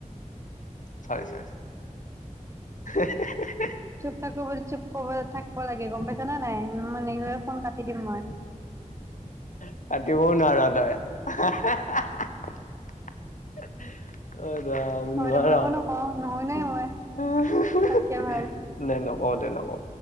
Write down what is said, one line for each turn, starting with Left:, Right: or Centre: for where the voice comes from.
Left: চৰি-চৰি। <unintelligible>
Right: চুপ থাকো বুলি চুপ কব থাকিব লাগে গম পাইছা না নাই। মানে ফোন কাটি দিম মই।
Left: কাতিবও নোৱাৰা তই। <unintelligible> য
Right: নহয়তো
Left: নোৱাৰা
Right: মই একো নকওঁ নুশুনাই
Left: দে
Right: মই তাতকে ভাল
Left: নকওঁ, দে নকওঁ।